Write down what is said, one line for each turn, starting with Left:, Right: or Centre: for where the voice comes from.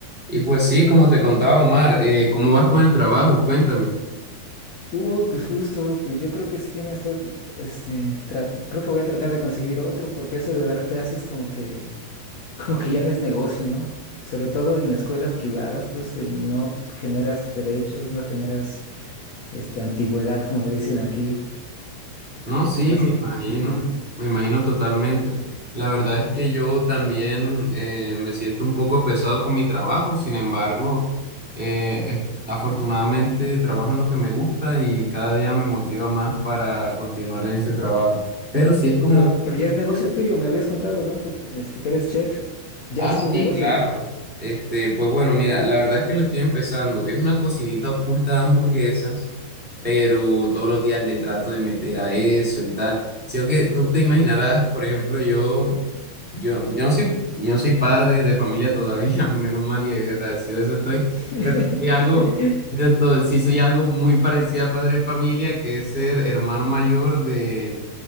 Centre: Y pues sí, como te contaba Omar, eh, ¿cómo vas con el trabajo? Cuéntame.
Left: Uy, pues justo, pues yo creo que sí me estoy, este, tra- creo que voy a tratar de conseguir otro, porque eso de dar clases como que, <laughs> como que ya no es negocio, ¿no? Sobre todo en escuelas privadas, pues que no generas derechos, no generas, este, antigüedad, como le dicen aquí.
Centre: No, sí,
Left: Estás
Centre: me
Left: como,
Centre: imagino,
Left: ujú.
Centre: me imagino totalmente. La verdad es que yo también eh, me siento un poco pesado con mi trabajo, sin embargo, eh, es- afortunadamente trabajo en lo que me gusta y cada día me motiva más para continuar en ese trabajo. Pero sí es como...
Left: Pero, pero ya es negocio tuyo, me habías contado, ¿no? Que, este, que eres chef, ya
Centre: Ah,
Left: es tu
Centre: sí,
Left: negocio.
Centre: claro. Este, pues bueno, mira, la verdad es que lo estoy empezando. Es una cocinita oculta de hamburguesas, pero todos los días le trato de meter a eso y tal. Si aunque tú te imaginarás, por ejemplo, yo, yo, yo no soy, yo no soy padre de familia todavía, <laughs> menos mal y agradecido de eso estoy,
Left: <laughs>
Centre: pero soy algo, de todo- sí soy algo muy parecido a padre de familia, que es ser hermano mayor de,